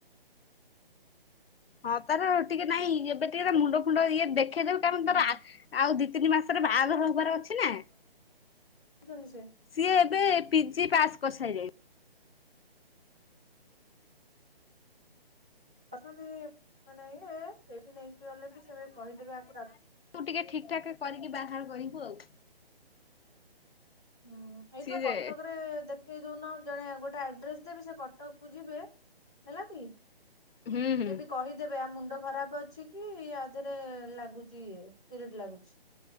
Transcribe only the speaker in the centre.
ହୁଁ
ଅଛନ୍ତି ସେ
ଅଛନ୍ତି ମାନେ ଇଏ ସେଇଠି ନେଇକି ଗଲେ ବି ସେମାନେ କହିଦେବେ ଆକୁ ଡା
ହୁଁ ଏଇଠି
ବା କଟକରେ
ଦେ ଖେଇ ଦଉନ ଜଣେ ଗୋଟେ ଆଡ୍ରେସ୍ ଦେବି ସେ କଟକକୁ ଯିବେ ହେଲା କି
ସିଏ ବି କହିଦେବେ ଆ ମୁଣ୍ଡ ଖରାପ ଅଛି କି ଆ ଦେହେରେ ଲାଗୁଚି ଇଏ ସ୍ପିରିଟ୍ ଲାଗୁଛି।